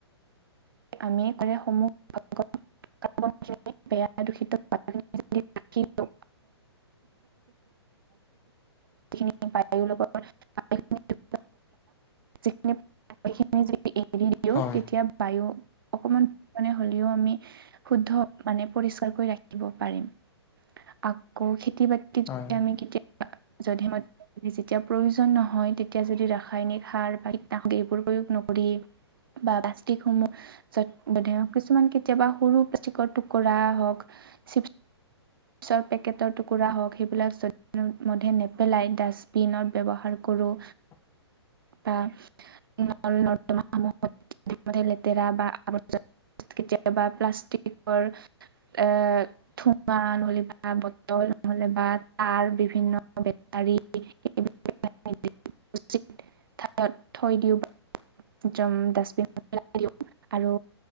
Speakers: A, on the right; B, on the left.
A: আমিয়ে কৰে সমূহ ভাগত- বেয়া দূষিত <unintelligible> যিখিনি বায়ুৰ লগত বায়ুখিনি যিখিনি বায়ুখিনি যদি এৰি দিও
B: হয়
A: তেতিয়া বায়ু অকণমান মানে হ'লেও আমি শুদ্ধ মানে পৰিষ্কাৰকৈ ৰাখিব পাৰিম। আকৌ খেতি বাতি যদি
B: হয়
A: আমি কেতিয়া জধে মধে যেতিয়া প্ৰয়োজন নহয় তেতিয়া যদি ৰাসায়নিক সাৰ বা কীটনাশক এইবোৰ প্ৰয়োগ নকৰি- বা প্লাষ্টিকসমূহ- জধে মধে কিছুমান কেতিয়াবা সৰু প্লাষ্টিকৰ টুকুৰা হ‌ওক চিপছ ৰ পেকেটৰ টুকুৰা হওক সেইবিলাক জধে মধে নেপেলাই ডাষ্টবিনত ব্যৱহাৰ কৰো
B: <inaudible>
A: তা- নল নৰ্দমাসমূহত জধে মধে লেতেৰা বা আৱৰ্জনা- কেতিয়াবা প্লাষ্টিকৰ এ ঠোঙা- বা বটল নহ'লে বা তাৰ বিভিন্ন বেটাৰী- উচিত ঠাইত থৈ দিও‌ বা যম ডাষ্টবিনত পেলাই দিও আৰু